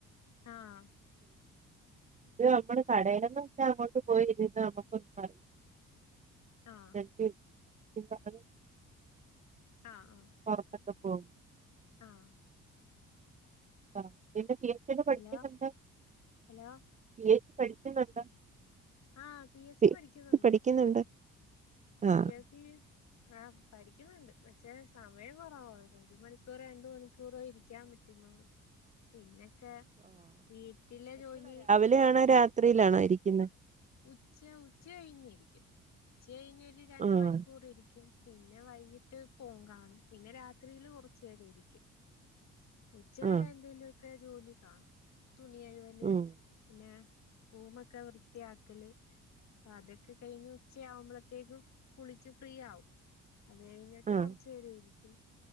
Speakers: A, on the left; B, on the right.
A: ആഹ്
B: ഇത് നമ്മള് കടയിലൽന്ന് വച്ചാ അങ്ങോട്ട് പോയി ഇരുന്ന് നമ്മുക്കൊന്നും. <inaudible>
A: ആഹ്.
B: <unintelligible>
A: ആഹ് ആഹ്
B: പൊറത്തൊക്കെ പോവും.
A: ആഹ്.
B: ആ പിന്നെ പി എ സി ക്ക് പഠിക്കുന്നുണ്ട്
A: ഹലോ ഹലോ
B: പി എ സി പഠിക്കുന്നുണ്ട്.
A: ആഹ് പി എസ്
B: പി-
A: സി പഠിക്കുന്നുണ്ട്.
B: പഠിക്കുന്നുണ്ട്. ആഹ്
A: പി എസ് സി. ആഹ് പഠിക്കുന്നുണ്ട് പക്ഷെ സമയം കൊറവ ഒരു മണിക്കൂറോ രണ്ട്‌ മണിക്കൂറോ ഇരിക്കാൻ പറ്റുന്നുള്ളു. പിന്നൊക്കെ വീട്ടിലെ ജോലി.
B: വിലെ ആണോ രാത്രിയിലാണോ ഇരിക്കുന്നെ.
A: ഉച്ച ഉച്ച കഴിഞ്ഞിരിക്കും ഉച്ച കഴിഞ്ഞ് ഒരു രണ്ട്
B: ആഹ്
A: മണിക്കൂർ ഇരിക്കും. പിന്നെ വൈകിട്ട് ഫോൺ കാണും പിന്നെ രാത്രിയിലും കൊറച്ച് നേരം ഇരിക്കും. ഉച്ചവരെ
B: ആഹ്
A: എന്തേലൊക്കെ ജോലി കാണും തുണി കഴുകല്.
B: ഉം
A: പിന്നെ റൂമൊക്കെ വൃത്തി. ത്തിയാക്കല് അതൊക്കെ കഴിഞ്ഞ് ഉച്ചയാവുമ്പളത്തേക്കും കുളിച്ച് ഫ്രീ ആവും. അത് കഴിഞ്ഞിട്ട്
B: ആഹ്
A: കൊറച്ച് നേരം ഇരിക്കും.